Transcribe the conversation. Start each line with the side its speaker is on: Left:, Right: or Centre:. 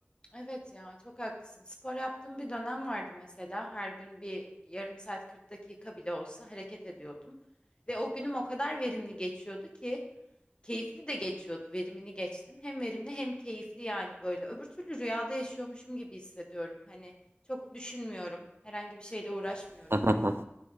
Left: Evet ya çok haklısın. Spor yaptığım bir dönem vardı mesela. Her gün bir yarım saat 40 dakika bile olsa hareket ediyordum. Ve o günüm o kadar verimli geçiyordu ki keyifli de geçiyordu. Verimini geçtim. Hem verimli hem keyifli yani böyle. Öbür türlü rüyada yaşıyormuşum gibi hissediyorum. Hani çok düşünmüyorum. Herhangi bir şeyle uğraşmıyorum
Right: <laughs> Hı
Left: falan.
Right: hı hı.